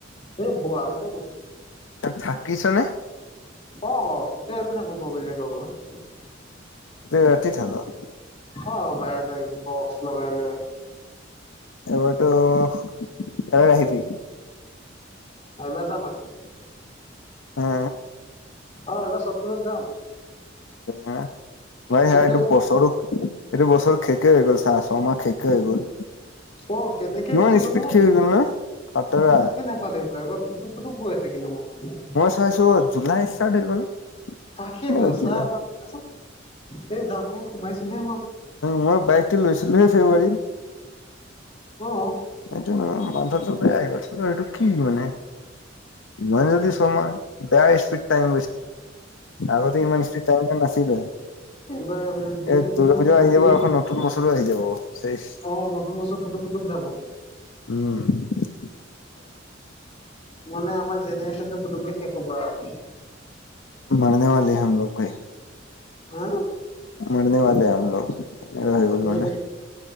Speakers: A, on the left (about 35°); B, on the left (about 75°).
A: এই ব আগতেও কৈছো
B: থাকিছা নে
A: অ অ গোটেই এদ থাকো তো অভিষেকৰ ঘৰত
B: এ ৰাতি থাকা
A: অ বাহিৰৰে বক্স লগাই লৈ
B: এবাৰ তো এ আৰু আহিবি
A: পাইবা যাম আকৌ
B: হা
A: অ এবাৰ চোটপূজাত যাম
B: এনে <unintelligible>
A: সপ্তাহত
B: এইটো বছৰো এইটো বছৰ খেকে হৈ গ'ল চাহ ছ মাহ শেকে হৈ গ'ল
A: অ কেনেকে
B: কিমান
A: গুচি গ'ল
B: স্পিড শেখ হয় গল ন খাতাৰা
A: ভালাগ ভাল এইবাৰ ফুুক ফুটুক গৈ আছে কিন্তু মই
B: চাইছো জুলাই ষ্টাৰ্ট হৈ গ'ল
A: তাকেইতো
B: কেনেকা জুলাই
A: চা দেচোন এই জানুৱাৰী ত সোমাইছিলে
B: মই বাইক টো লৈছিলোহে ফেব্ৰুৱাৰীত
A: অ
B: এইটো নয় মাথাটোয় গৈছে এইটো কি মানে ইমান জলদি ছোহমাহ বেয়া স্পিড টাইম আগতে ইমান স্ত্ৰী টাই নাছিলে
A: এইবাৰ দিনটো
B: এই দুৰ্গা পূজা
A: ছুটি
B: আহি যাব
A: অ
B: আকৌ নতুন বছৰো আহি যাব চেচ
A: নতুন বছৰ পুতুক পুতুক যাব
B: উম
A: মানে আমাৰ জেনেৰেশ্যনটো পুটুকে শেষ হ'ব আৰু
B: মাৰনেৱালে হে হোমলোক ভাই
A: হা
B: মৰনে বালে হে হল
A: সেই
B: লোগ